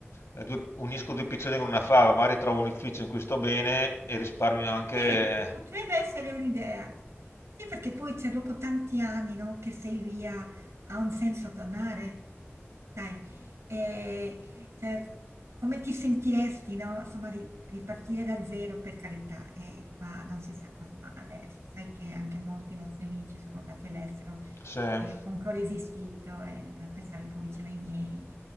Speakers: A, on the left (about 75°); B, on the right (about 85°).
A: eh, due- unisco due piccioni con una fava, magari trovo un ufficio in cui sto bene e risparmio anche...
B: Sì, potrebbe essere un'idea. Sì, perché poi cioè, dopo tanti anni, no, che sei via, ha un senso tornare. Sai, eh, cioè, come ti sentiresti, no? Insomma, ri- ripartire da zero, per carità, e qua non si sta così male. Tu sai che anche molti nostri amici sono andati all'estero
A: Sì.
B: e io comunque ho resistito eh, per stare un po' vicino ai miei.